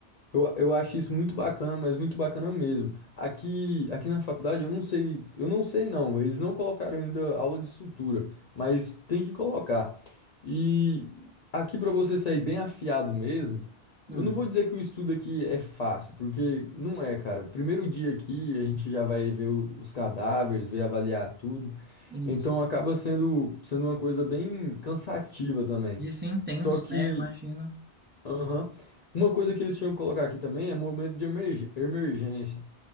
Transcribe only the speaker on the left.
Eu, eu acho isso muito bacana, mas muito bacana mesmo. Aqui, aqui na faculdade eu não sei, eu não sei não, eles não colocaram ainda aula de sutura, mas tem que colocar. E aqui para você sair bem afiado mesmo,
eu não vou dizer que o estudo aqui é fácil, porque não é, cara. Primeiro dia aqui a gente já vai ver o- os cadáveres, ver avaliar tudo.
Então acaba sendo, sendo uma coisa bem cansativa também.
Só que
Aham. Uma coisa que eles tinham que colocar aqui também é momento de emerg- emergência.